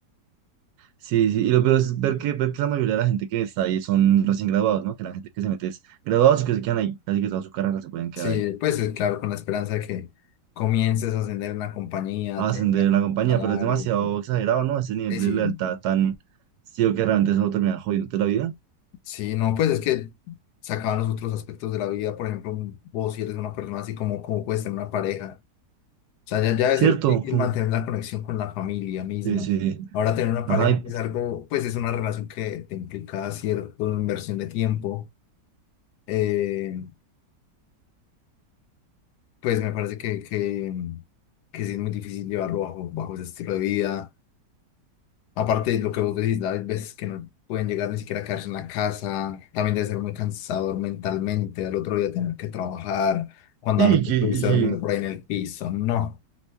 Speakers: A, on the right; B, on the left.
A: Sí, sí, y lo peor es ver que, ver que la mayoría de la gente que está ahí son recién graduados, ¿no? Que la gente que se mete es graduados y que se quedan ahí, casi que toda su carrera se pueden quedar
B: Sí,
A: ahí.
B: pues eh, claro, con la esperanza de que comiences a ascender en la compañía,
A: a
B: tengas
A: ascender en
B: un
A: la compañía,
B: buen salario.
A: pero es demasiado exagerado, ¿no? Ese nivel
B: Eh,
A: de
B: sí,
A: lealtad tan ciego que realmente eso termina jodiéndote la vida.
B: sí, no, pues es que se acaban los otros aspectos de la vida. Por ejemplo, vos si eres una persona así como, como puedes tener una pareja. O sea, ya, ya
A: ¿Cierto?
B: debe ser difícil
A: Jum,
B: mantener la conexión con la familia misma.
A: Sí, sí.
B: Ahora tener una
A: Ajá,
B: pareja
A: y,
B: es algo, pues es una relación que te implica cierta inversión de tiempo. Eh, pues me parece que, que, que sí es muy difícil llevarlo bajo, bajo ese estilo de vida Aparte de lo que vos decís, hay veces que no pueden llegar ni siquiera a quedarse en la casa, también debe ser muy cansador mentalmente, al otro día tener que trabajar, cuando
A: y,
B: anoche
A: que-
B: estuviste
A: y que-
B: durmiendo por ahí en el piso, no.